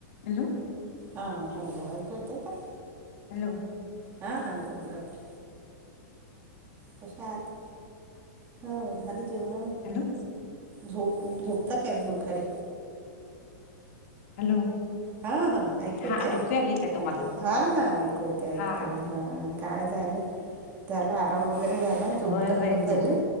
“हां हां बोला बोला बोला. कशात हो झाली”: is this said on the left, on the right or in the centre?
Right